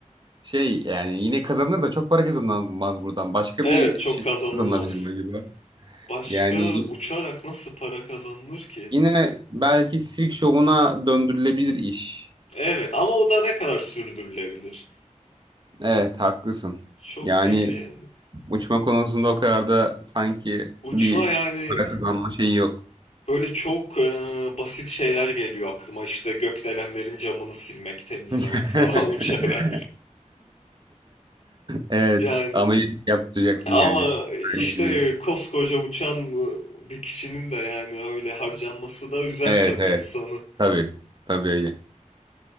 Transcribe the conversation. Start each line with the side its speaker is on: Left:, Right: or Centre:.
Right: Şey yani yine kazanır da çok para kazanılmaz buradan. Başka
Left: Evet
Right: bir
Left: çok
Right: şey
Left: kazanılmaz.
Right: kazanılabilir mi acaba?
Left: Başka
Right: Yani
Left: uçarak nasıl para kazanılır ki?
Right: yine belki sirk şovuna döndürülebilir iş.
Left: Evet ama o da ne kadar sürdürülebilir?
Right: Evet haklısın.
Left: Çok
Right: Yani
Left: değil yani.
Right: Uçma konusunda o kadar da sanki
Left: Uçma
Right: bir
Left: yani
Right: para kazanma şeyi yok.
Left: böyle çok e, basit şeyler geliyor aklıma. İşte gökdelenlerin camını silmek, temizlemek
Right: <laughs>
Left: falan <laughs> uçarak.
Right: Evet.
Left: Yani
Right: Ameliyat yaptıracaksın
Left: ama
Right: yani. Süper
Left: işte
Right: güçlü diye.
Left: koskoca uçan e, bir kişinin de yani öyle harcanması da üzer
Right: Evet
Left: tabii
Right: evet.
Left: insanı.
Right: Tabii. Tabii öyle.